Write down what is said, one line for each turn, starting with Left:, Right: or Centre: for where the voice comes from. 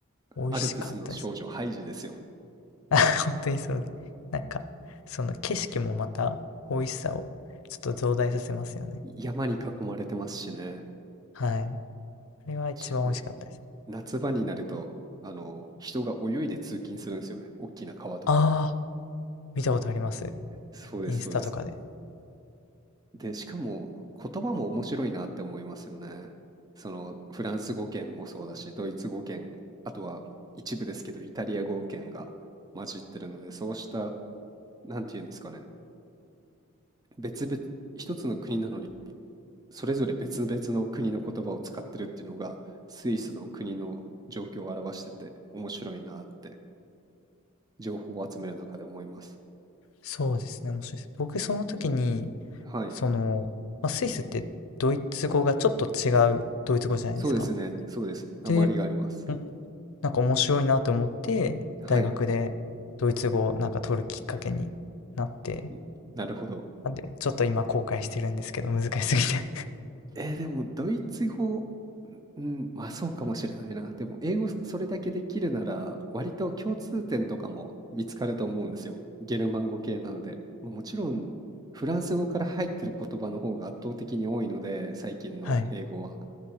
Left: 美味しかったです。
Right: アルプスの少女、ハイジですよ。
Left: <laughs> 本当にそう。なんか、その景色もまた美味しさをちょっと増大させますよね。
Right: 山に囲まれてますしね。
Left: はい。あれは一番美味しかったです。
Right: しかも、夏場になると、あの、人が泳いで通勤するんですよね。大きな川とかを。
Left: ああ。見たことあります。
Right: そうです、
Left: インスタとかで。
Right: そうです。で、しかも言葉も面白いなって思いますよね。そのフランス語圏もそうだし、ドイツ語圏、あとは一部ですけど、イタリア語圏が混じってるので、そうした、なんていうんですかね、別々、一つの国なのに、それぞれ別々の国の言葉を使ってるっていうのが、スイスの国の状況を表してて、面白いなって、情報を集める中で思います。
Left: そうですね、面白いです。僕その時に、
Right: はい。
Left: その、まあ、スイスってドイツ語がちょっと違うドイツ語じゃないですか。
Right: そうですね。そうです。訛りがあります。
Left: で、おなんか面白いなと思って、
Right: はい。
Left: 大学でドイツ語をなんか取るきっかけになって、
Right: んなるほど。
Left: あ、でもちょっと今後悔してるんですけど、難しすぎて
Right: えーでもドイツ語、うん、まあ、そうかもしれないな。でも英語それだけできるなら、割と共通点とかも見つかると思うんですよ。ゲルマン語系なので。ま、もちろんフランス語から入ってる言葉の方が圧倒的に多いので、最近の英語は。
Left: <laughs> はい。